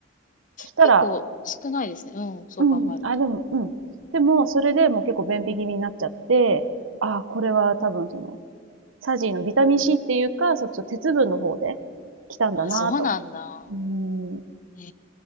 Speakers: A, on the right; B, on the left.
A: そしたら、
B: 結構少ないですね。うん、そう考えると。
A: うん、あ、でも、うん。でも、それでもう結構便秘気味になっちゃって、あ、これは多分その、サジのビタミン C っていうか、そっちの鉄分の方で来たんだなぁと。
B: あ、そうなんだ。
A: うん。
B: へ